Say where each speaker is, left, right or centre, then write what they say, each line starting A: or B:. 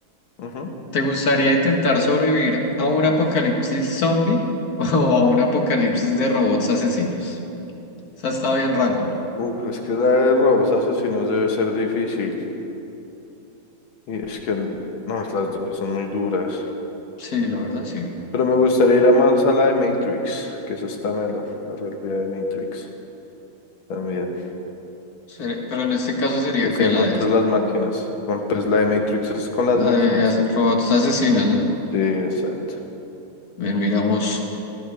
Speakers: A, on the left (about 75°); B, on the left (about 50°).
A: Ujú.
B: ¿te gustaría intentar sobrevivir a un apocalipsis zombie <laughs> o a un apocalipsis de robots asesinos? Esa está bien random.
A: Uf, es que la de robos asesinos debe ser difícil. Y es que el- no, las dos son muy duras.
B: Sí, la verdad sí.
A: Pero me gustaría ir a más a la de Matrix, que esa está mela, la realidad de Matrix también.
B: Ser- Pero en este caso sería
A: Que sea
B: que la
A: contra
B: de,
A: las máquinas. Con- Pues la de Matrix es con las
B: la
A: máquinas.
B: de as- robots asesinos, ¿no?
A: Sí, exacto.
B: Bien, miramos.